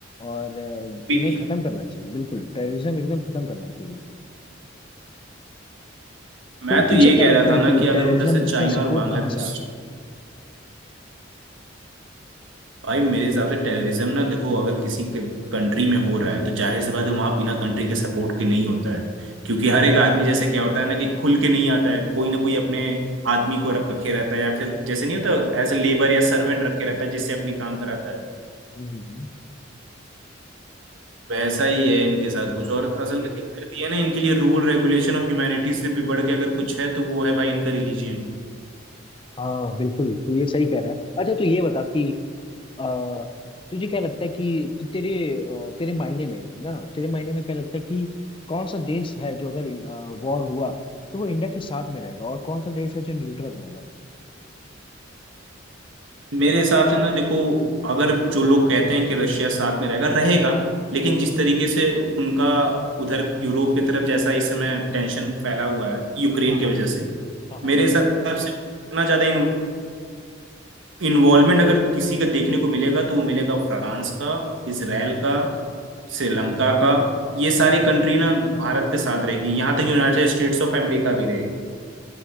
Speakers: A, on the left; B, on the right.
A: और अ,
B: भी
A: इन्हें
B: नहीं
A: खत्म करना चाहिए बिल्कुल टेररिज्म एकदम खत्म करना चाहिए बिल्कुल
B: मैं
A: तो
B: तो
A: तुझे
B: ये
A: क्या
B: कह
A: लगता
B: रहा था
A: है
B: ना
A: कि
B: कि अगर
A: टेररिज्म
B: उधर से चाइना
A: का सपोर्ट
B: और बांग्लादेश
A: कहाँ से आता है
B: भाई मेरे हिसाब से टेररिज्म ना देखो अगर किसी के कंट्री में हो रहा है तो जाहिर सी बात है वहां बिना कंट्री के सपोर्ट के नहीं होता है क्योंकि हर एक आदमी जैसे क्या होता है ना कि खुल के नहीं आता है कोई ना कोई अपने आदमी को रखे रहता है या फिर जैसे नहीं होता एज ए लेबर या सर्वेंट रखे रहता है जिससे अपनी काम कराता है
A: हम्म, हम्म, हाँ
B: वैसा ही है इनके साथ कुछ और असल में दिक्कत ये है ना इनके लिए रूल रेगुलेशन और ह्यूमैनिटी से भी बढ़ के अगर कुछ है तो वो है भाई इनका रिलीजियन
A: हाँ बिल्कुल तू ये सही कह रहा है अच्छा तू ये बता कि अ, तुझे क्या लगता है कि ते- तेरे अ, तेरे मायने में ना तेरे मायने में क्या लगता है कि कौन सा देश है जो अगर वॉर हुआ तो वो इंडिया के साथ में रहेगा और कौन सा देश है जो न्यूट्रल रहेगा
B: मेरे हिसाब से ना देखो अगर जो लोग कहते हैं कि रशिया साथ में रहेगा रहेगा लेकिन जिस तरीके से उनका उधर यूरोप की तरफ जैसा इस समय टेंशन फैला हुआ है यूक्रेन
A: हाँ
B: की
A: हाँ
B: वजह से
A: हाँ हाँ
B: मेरे
A: हाँ
B: हिसाब से इतना ज्यादा इन्वॉल्वमेंट अगर किसी का देखने को मिलेगा तो वो मिलेगा फ्रांस का इसराइल का श्रीलंका का ये सारी कंट्री ना भारत के साथ रहेगी यहाँ तक यूनाइटेड स्टेट्स ऑफ अमेरिका भी रहेगी